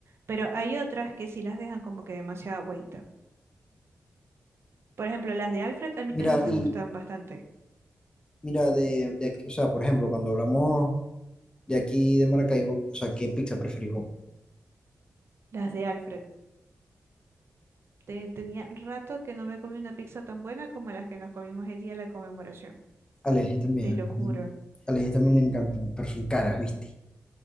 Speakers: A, on the right (about 60°); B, on the left (about 15°).
A: pero hay otras que sí las dejan como que demasiada agüita. Por ejemplo, las de Alfred a mí
B: Mira,
A: también me
B: y
A: gustan bastante.
B: mira, de, de aquí- o sea, por ejemplo, cuando hablamos de aquí de Maracaibo, o sea, ¿qué pizza preferís vos?
A: Las de Alfred. Te- tenía rato que no me comí una pizza tan buena como las que nos comimos el día de la conmemoración.
B: A Leslie también.
A: Te lo juro.
B: ¿no? A Leslie también le encantan, pero son caras, ¿viste?